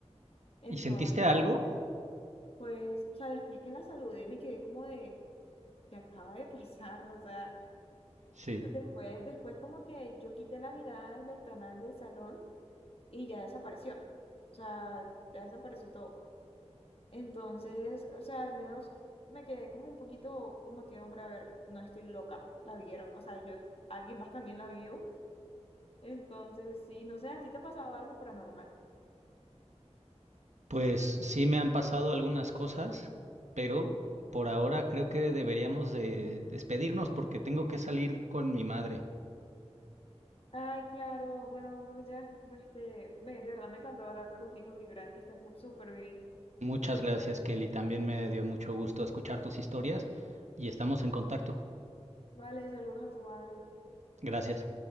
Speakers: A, on the left; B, on the right.
A: Entonces,
B: ¿Y sentiste algo?
A: pues, o sea, después que la saludé me quedé como de, que acaba de pasar? O sea,
B: Sí.
A: después, después como que yo quité la mirada del ventanal del salón y ya desapareció. O sea, ya desapareció todo. Entonces, o sea, al menos me quedé como un poquito como que, hombre, a ver, no estoy loca, la vieron, o sea, yo, alguien más también la vio Entonces, sí, no sé, ¿a ti te ha pasado algo paranormal?
B: Pues sí me han pasado algunas cosas, pero por ahora creo que deberíamos de despedirnos porque tengo que salir con mi madre.
A: Ay, claro, bueno, muchas, este, me- de verdad me encantó hablar contigo, Gibran, que estés mu- súper bien.
B: Muchas gracias, Kelly. También me dio mucho gusto escuchar tus historias y estamos en contacto.
A: Vale, saludos a tu madre.
B: Gracias.